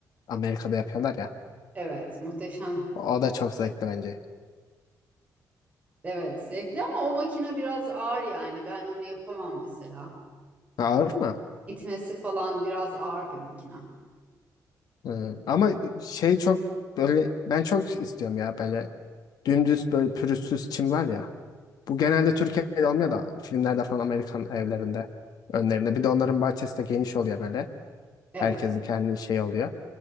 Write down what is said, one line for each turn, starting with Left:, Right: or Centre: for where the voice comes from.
Left: Amerika'da yapıyorlar ya.
Right: evet, muhteşem.
Left: O da çok zevkli bence.
Right: Evet, zevkli ama o makine biraz ağır yani. Ben onu yapamam mesela.
Left: Ha, Ağır mı?
Right: İtmesi falan biraz ağır bir makina.
Left: Hı. Ama şey çok böyle ben çok istiyorum ya böyle dümdüz böyle pürüzsüz çim var ya. Bu genelde Türkiye'de olmuyor da filmlerde falan Amerikan evlerinde önlerinde. Bir de onların bahçesi de geniş oluyor böyle.
Right: Evet,
Left: Herkesin kendi şeyi oluyor.